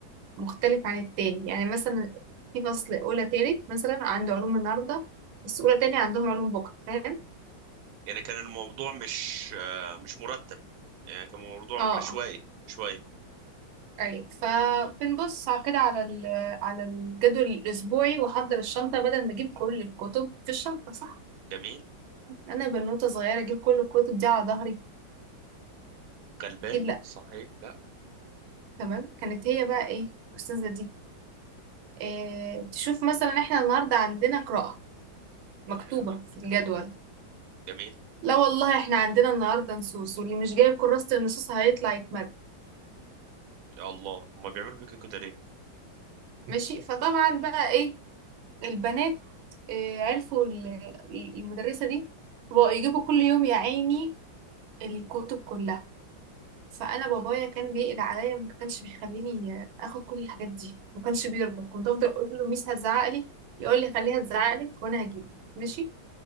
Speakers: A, on the right; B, on the right.
A: مختلف عن التاني يعني مثلا في فصل أولى تالت مثلا عنده علوم النهاردة بس أولى تاني عندهم علوم بكرة فاهم
B: يعني كان الموضوع مش آه، مش مرتب يعني كان موضوع
A: اه
B: عشوائي شويه
A: أيوة فبنبص على كده على ال... على الجدول الأسبوعي وأحضر الشنطة بدل ما أجيب كل الكتب في الشنطة صح
B: جميل
A: أنا بنوتة صغيرة أجيب كل الكتب دي على ظهري
B: غلبان
A: أكيد لأ
B: صحيح لا
A: تمام كانت هي بقى إيه الأستاذة دي آه، تشوف مثلا احنا النهارده عندنا قراءة مكتوبة
B: حلوين
A: في الجدول
B: جميل
A: لا والله احنا عندنا النهاردة نصوص واللي مش جايب كراسة النصوص هيطلع يتمد
B: يا الله هما بيعملوا فيك كده ليه
A: ماشي فطبعا بقى ايه البنات اه عرفوا ال- المدرسة دي فبقوا يجيبوا كل يوم يا عيني الكتب كلها فانا بابايا كان بيقلق عليا ما كانش بيخليني اخد كل الحاجات دي ما كانش بيرضى كنت افضل اقول له ميس هتزعق لي يقول لي خليها تزعق لك وانا هجيب ماشي